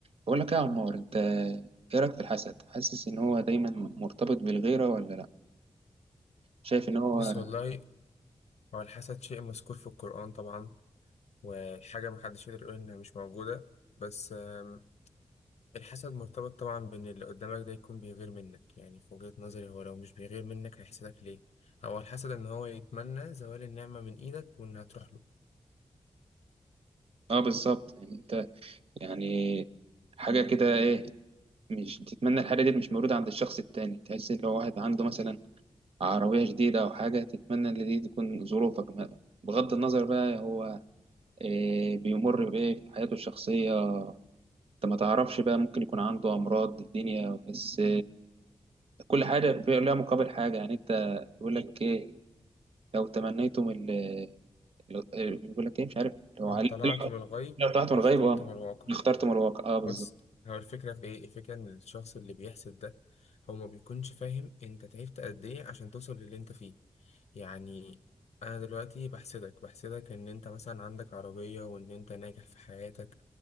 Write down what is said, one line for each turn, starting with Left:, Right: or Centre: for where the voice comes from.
Right: بقول لك إيه يا عمار انت ايه رايك في الحسد حاسس ان هو دايما مرتبط بالغيره ولا لا شايف ان هو
Left: بص والله هو الحسد شيء مذكور في القرآن طبعا وحاجة محدش يقدر يقول إنها مش موجودة بس آم، الحسد مرتبط طبعا بإن اللي قدامك ده يكون بيغير منك يعني في وجهة نظري هو لو مش بيغير منك هيحسدك ليه؟ هو الحسد إن هو يتمنى زوال النعمة من إيدك وإنها تروح له
Right: اه بالظبط يعني انت يعني حاجه كده ايه مش تتمنى الحاجه دي مش موجوده عند الشخص التاني تحس ان لو واحد عنده مثلا عربيه جديده او حاجه تتمنى ان دي تكون ظروفك ما- بغض النظر بقى هو إيه بيمر بايه في حياته الشخصيه انت ما تعرفش بقى ممكن يكون عنده امراض الدنيا بس كل حاجه في- لها مقابل حاجه يعني انت بيقول لك ايه لو تمنيتم ال لو- آه، بيقول لك ايه مش عارف لو
Left: لو
Right: علي
Left: طلعت
Right: طلع
Left: من الغيب
Right: لو طلعت من
Left: لاخترت
Right: الغيب اه
Left: من الواقع
Right: اخترت من الواقع اه بالظبط
Left: بص هو الفكرة في ايه؟ الفكرة ان الشخص اللي بيحسد ده هو ما بيكونش فاهم انت تعبت قد ايه عشان توصل للي انت فيه يعني انا دلوقتي بحسدك بحسدك ان انت مثلا عندك عربية وان انت ناجح في حياتك